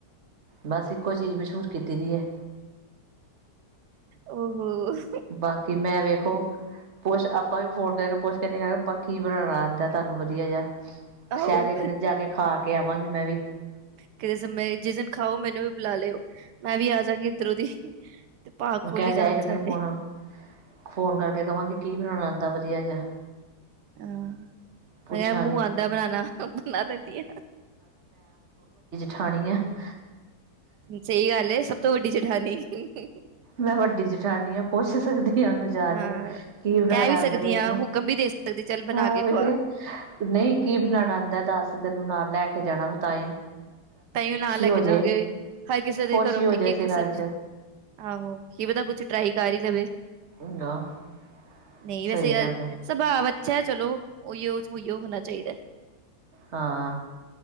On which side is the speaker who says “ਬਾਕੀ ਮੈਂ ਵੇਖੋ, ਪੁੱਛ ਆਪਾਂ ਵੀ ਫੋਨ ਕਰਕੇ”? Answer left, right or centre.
Right